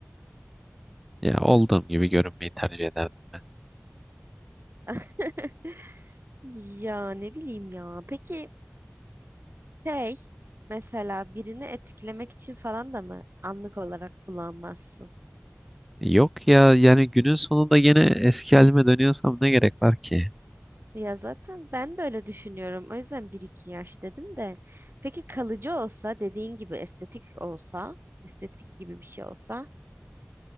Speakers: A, in the centre; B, on the right.
A: Ya olduğum gibi görünmeyi tercih ederdim.
B: <laughs> Ya ne bileyim ya. Peki şey mesela birini etkilemek için falan da mı anlık olarak kullanmazsın?
A: Yok ya yani günün sonunda gene eski halime dönüyorsam ne gerek var ki?
B: Ya zaten ben de öyle düşünüyorum. O yüzden bir iki yaş dedim de. Peki kalıcı olsa dediğin gibi estetik olsa, estetik gibi bir şey olsa.